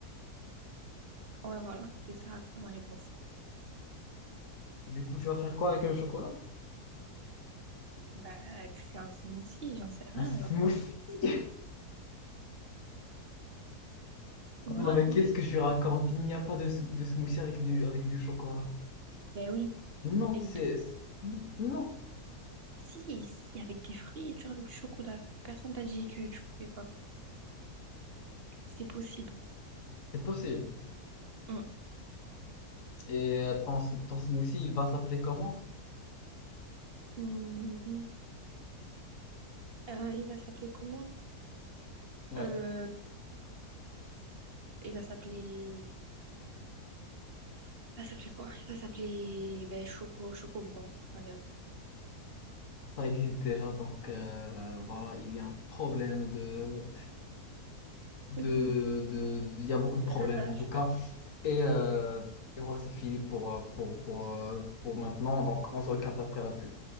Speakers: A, on the right; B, on the left.
A: ouais, voilà, c'est ça, c'est ça ma réponse.
B: Du coup, tu vas faire quoi avec le chocolat?
A: Bah, tu fais un smoothie, j'en sais rien,
B: Un smoothie.
A: genre, euh, voilà,
B: Non, mais
A: quoi.
B: qu'est-ce que je raconte? Il n'y a pas de, sm- de smoothie avec du, avec du chocolat.
A: Ben oui,
B: Non,
A: avec
B: c'est...
A: de,
B: c'est- Non,
A: si, si, avec des fruits et tu rajoutes du chocolat. Personne t'a dit que tu pouvais pas. C'est possible.
B: c'est possible.
A: Mm.
B: Et euh, ton, sm- ton smoothie, il va s'appeler comment?
A: Mm. Euh, il va s'appeler comment?
B: Ouais,
A: Euh, il va s'appeler, il va s'appeler quoi? Il va s'appeler, ben, Choco, Chocobon. Allez, hop.
B: ça existe déjà, donc euh, voilà, il y a un problème de, de,
A: Ok.
B: de... Il y a beaucoup de
A: Euh,
B: problèmes,
A: Attends,
B: en tout cas. Et, euh, et voilà, c'est fini pour, euh, pour, pour, euh, pour maintenant. Donc, on se recapte après la pub.